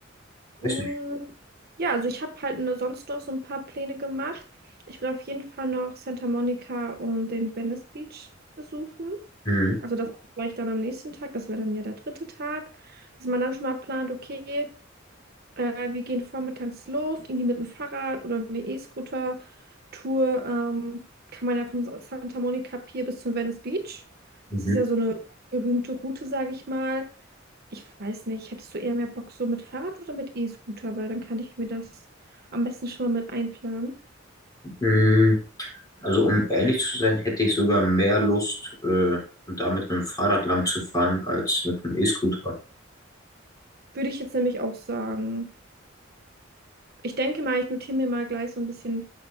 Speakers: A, on the left (about 20°); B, on the right (about 50°).
A: Weiß
B: Mm,
A: nicht.
B: Ja, also ich habe halt ne- sonst noch so ein paar Pläne gemacht. Ich will auf jeden Fall noch Santa Monica und den Venice Beach besuchen.
A: Mhm.
B: Also das vielleicht dann am nächsten Tag, das wäre dann ja der dritte Tag, dass man dann schon mal plant, okay, Äh, wir gehen vormittags los, irgendwie mit dem Fahrrad oder eine E-Scooter-Tour. Ähm, kann man ja vom Sa- Santa Monica Pier bis zum Venice Beach.
A: Mhm.
B: Das ist ja so eine berühmte Route, sage ich mal. Ich weiß nicht, hättest du eher mehr Bock so mit Fahrrad oder mit E-Scooter? Weil dann kann ich mir das am besten schon mal mit einplanen.
A: Mhm. Also um ehrlich zu sein, hätte ich sogar mehr Lust, äh, da mit einem Fahrrad lang zu fahren, als mit einem E-Scooter.
B: Würde ich jetzt nämlich auch sagen. Ich denke mal, ich notiere mir mal gleich so ein bisschen